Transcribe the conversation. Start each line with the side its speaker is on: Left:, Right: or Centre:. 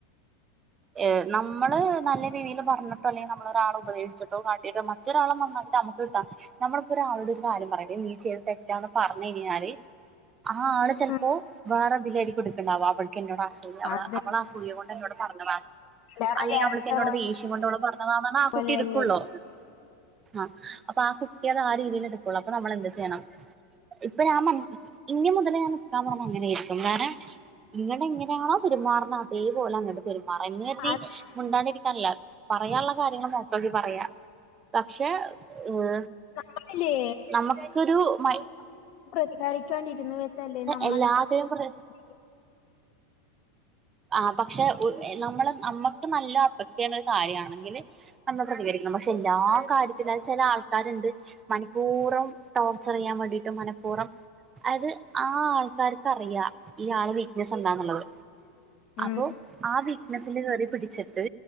Right: ഏ നമ്മള് നല്ല രീതിയിൽ പറഞ്ഞിട്ടോ അല്ലെങ്കിൽ നമ്മളരാൾ ഉപദേശിച്ചിട്ടോ കാട്ടിട്ടോ മറ്റൊരാളെ നന്നാക്കീട്ട് നമുക്ക് കിട്ടാൻ നമ്മളിപ്പോ ഒരാളോട് ഒരു കാര്യം പറയാ നീ ചെയ്തത് തെറ്റാന്ന് പർ ഞ്ഞയ്ഞ്ഞാല് ആ ആള് ചെലപ്പോ
Left: ഉം.
Right: വേറെതിലായിരിക്കു ഇട് ക്ക്ണ്ടാവ അ ക്കെന്നോട് അസൂയ അവള്
Left: അത്
Right: അവള് അസൂയ കൊണ്ട് എന്നോട് പറഞ്ഞതാണ്
Left: എല്ലാരുടെ
Right: അല്ലെങ്കിൽ
Left: ക്യാരക്ടർ
Right: അവൾക്ക് എന്നോട് ദേഷ്യം കൊണ്ട് അവള് പറഞ്ഞതാന്നാണ്
Left: ഒരേപോലെയല്ലേ
Right: ആ കുട്ടി എടുക്കുള്ളോ ഹാ അപ്പാ ആ കുട്ടി അത് ആ രീതിൽ എടുക്കുള്ളൂ അപ്പൊ നമ്മൾ എന്ത് ചെയ്യണം ഇപ്പൊ ഞാൻ മൻസി ഇനി മുതൽ ഞാൻ നിക്കാൻ പോണത് അങ്ങനെയായിരി ക്കും വേറെ ഇങ്ങട് എങ്ങനെയാണോ പെരുമാറുന്ന തേ പോലെ അങ്ങട്ട് പെരു മാറ എന്ന് കരുതി
Left: അത്
Right: മുണ്ടാണ്ടിരിക്കാനല്ല പറയാനുള്ള കാര്യങ്ങൾ മുഖത്ത് നോക്കി പറയാ പക്ഷെ ഏ
Left: നമ്മളില്ലേ
Right: നമുക്കൊരു മയ്
Left: <unintelligible> ക്ക് വേണ്ടി ഇര്ന്ന് വെച്ചാല്ലേ നമ്മുടെ
Right: എല്ലാത്തിനും
Left: <unintelligible>
Right: പ്ര ആ പക്ഷെ ഒരു എ നമ്മള് നമ്മക്ക്‌ നല്ലൊ അഫക്ട് ചെയ്യണ ഒരു കാര്യാണെങ്കില് അന്ന് പ്രതികരിക്കണം പക്ഷെ എല്ലാ കാര്യത്തിലും അത് ചില ആൾക്കാര്ണ്ട് മനഃപൂർവം ടോർച്ചർ ചെയ്യാൻ വേണ്ടിയിട്ട് മനഃപൂർവം അത് ആ ആൾക്കാർക്കറിയാ ഈ ആളെ വീക്ക്നെസ് എന്താന്ന്ള്ളത്
Left: ഉം
Right: അപ്പൊ ആ വീക്നെസ്സില് കേറി പിടിച്ചിട്ട്